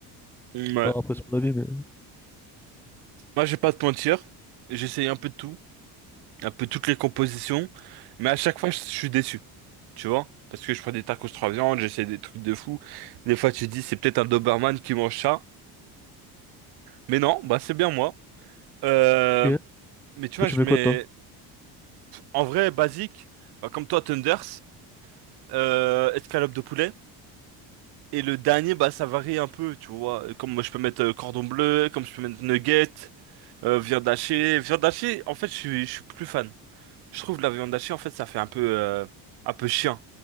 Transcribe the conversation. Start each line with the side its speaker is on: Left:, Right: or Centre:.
Right: Ouais.
Centre: Enfin, après, c'est mon avis, mais.
Right: Moi, je vais pas te mentir, j'essaye un peu de tout, un peu toutes les compositions, mais à chaque fois, je suis déçu, tu vois? Parce que je prends des tacos trois viandes, j'essaie des trucs de fou. Des fois, tu te dis, c'est peut-être un Doberman qui mange ça. Mais non, bah, c'est bien moi. Euh,
Centre: Ok.
Right: mais tu
Centre: Toi,
Right: vois,
Centre: tu
Right: je
Centre: mets
Right: mets,
Centre: quoi, toi?
Right: en vrai, basique, bah, comme toi, Thunders, euh, escalope de poulet. Et le dernier, bah, ça varie un peu, tu vois? Comme moi, je peux mettre euh, cordon bleu, comme je peux mettre nuggets, euh, viande hachée. Viande hachée, en fait, je suis, je suis plus fan. Je trouve que la viande hachée, en fait, ça fait un peu, euh, un peu chien,